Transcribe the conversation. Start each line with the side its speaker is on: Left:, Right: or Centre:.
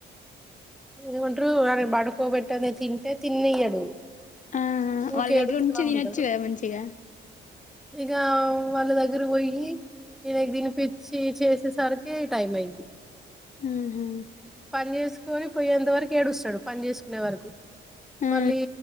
Centre: ఏమండారు ఆన పడుకోబెట్టని తింటే తినియ్యాడు
Left: ఆ వాళ్ళ
Centre: కేడుూ
Left: దగ్గర
Centre: స్ా
Left: నుంచి తినొచ్చు
Centre: ఉండదు
Left: కదా మంచిగా
Centre: ఇగ వాళ్ళ దగరి పోయి ననకి తినిపచ్చి చేసేసరికి టైం అయింది
Left: ఆహా
Centre: పని చేసుకొని పోయ్యేంత వరకు ఏడుస్తాడు పని చేసుకునే వరకు
Left: ఆ
Centre: మళ్ళీ